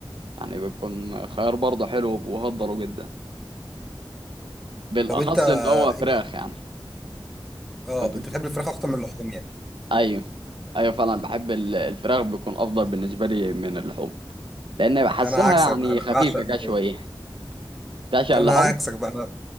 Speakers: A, on the right; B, in the centre.
A: يعني بيكون خيار برضه حلو وبهضره جدا بالاخص
B: طب انت ايه
A: ان هو فراخ يعني
B: اه
A: كنت
B: انت
A: بت...
B: بتحب الفراخ اكتر من اللحوم يعني
A: ايوه ايوه فعلا بحب ال- الفراخ بيكون افضل بالنسبه لي من اللحوم لان بحسها
B: ده انا عكسك
A: يعني
B: بقى انا
A: خفيفه
B: بعشق اللحوم
A: كده شويه تعشق
B: انا
A: اللحوم
B: عكسك بقى انا